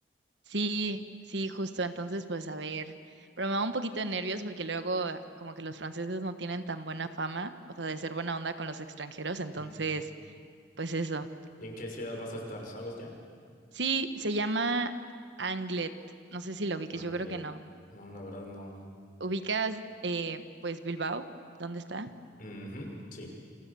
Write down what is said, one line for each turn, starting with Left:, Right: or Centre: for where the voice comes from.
Right: sí, sí, justo. Entonces, pues a ver, pero me da un poquito de nervios porque luego eh, como que los franceses no tienen tan buena fama, o sea, de ser buena onda con los extranjeros. Entonces,
Left: Mm.
Right: pues eso.
Left: ¿Y en qué ciudad vas a estar? ¿Sabes ya?
Right: Sí, se llama Anglet. No sé si lo vi,
Left: Ángeles.
Right: que yo creo que no.
Left: No, la verdad no.
Right: ubicas, eh, pues Bilbao, ¿dónde está?
Left: Ujú, Sí.